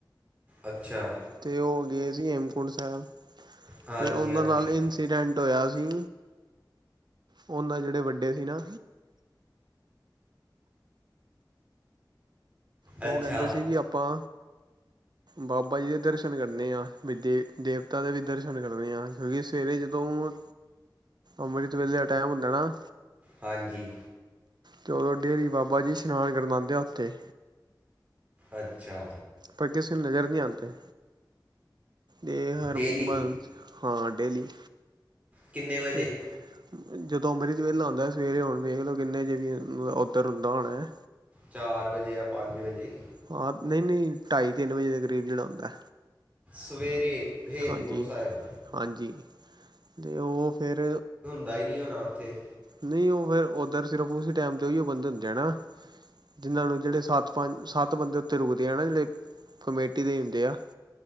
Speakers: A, on the right (about 20°); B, on the right (about 65°).
A: ਅੱਛਾ।
B: ਤੇ ਉਹ ਗਏ ਸੀ ਹੇਮਕੁੰਟ ਸਾਹਬ
A: ਹਾਂਜੀ
B: ਤੇ ਉਹਨਾਂ
A: ਹਾਂਜੀ
B: ਨਾਲ ਐਕਸੀਡੈਂਟ ਹੋਇਆ ਸੀ ਉਹਨਾਂ ਜਿਹੜੇ ਵੱਡੇ ਸੀ ਨਾ ਉਹ
A: ਅੱਛਾ
B: ਕਹਿੰਦੇ ਸੀ ਕਿ ਆਪਾਂ ਬਾਬਾ ਜੀ ਦੇ ਦਰਸ਼ਨ ਕਰਨੇ ਆ। ਵੀ ਦੇਵ-ਦੇਵਤਾ ਦੇ ਵੀ ਦਰਸ਼ਨ ਕਰਨੇ ਆ। ਕਿਉਂਕਿ ਸਵੇਰੇ ਜਦੋਂ ਅਮ੍ਰਿਤ ਵੇਲੇ ਦਾ ਟੈਂਮ ਹੁੰਦਾ ਨਾ।
A: ਹਾਂਜੀ।
B: ਤੇ ਉਦੋਂ, ਡੇਰੀ ਬਾਬਾ ਜੀ ਇਸ਼ਨਾਨ ਕਰਣ ਆਂਦੇ ਆ ਉੱਥੇ।
A: ਅੱਛਾ।
B: ਪਰ ਕਿਸੇ ਨੂੰ ਨਜ਼ਰ ਨੀ ਆਂਦੇ। ਏਹ ਹਰ
A: ਡੇਲੀ
B: ਵਾਰ, ਹਾਂ ਡੇਲੀ
A: ਕਿੰਨੇ ਵਜੇ
B: ਤੇ ਜਦੋਂ ਅੰਮ੍ਰਿਤ ਵੇਲਾ ਹੁੰਦਾ, ਸਵੇਰੇ ਹੋਣ ਵੇਖਲੋ ਕਿੰਨੇ ਵਜੇ ਉੱਧਰ ਹੁੰਦਾ ਹੋਣਾ ਏ।
A: ਚਾਰ ਵਜੇ, ਜਾਂ ਪੰਜ ਵਜੇ।
B: ਹਾਂ, ਨਹੀਂ-ਨਹੀਂ, ਢਾਈ-ਤਿੰਨ ਵਜੇ ਦੇ ਕਰੀਬ ਜਿਹੜਾ ਹੁੰਦਾ।
A: ਸਵੇਰੇ ਹੇਮਕੁੰਟ
B: ਹਾਂਜੀ-ਹਾਂਜੀ,
A: ਸਾਹਿਬ
B: ਦੇ ਉਹ ਫਿਰ
A: ਤੈਅ ਈ ਨੀ ਹੋਣਾ ਉੱਥੇ।
B: ਨਹੀਂ, ਉਹ ਫੇਰ ਉੱਧਰ ਸਿਰਫ ਉਸ ਟਾਈਮ ਤੇ ਉਹੀਓ ਬੰਦੇ ਹੁੰਦੇ ਐ ਨਾ। ਜਿਹਨ੍ਹਾਂ ਨੂੰ, ਜਿਹੜੇ ਸੱਤ-ਪੰਜ, ਸੱਤ ਬੰਦੇ ਉੱਥੇ ਰੁਕਦੇ ਆ ਨਾ ਜਿਹੜੇ ਕਮੇਟੀ ਦੇ ਈ ਹੁੰਦੇ ਆ।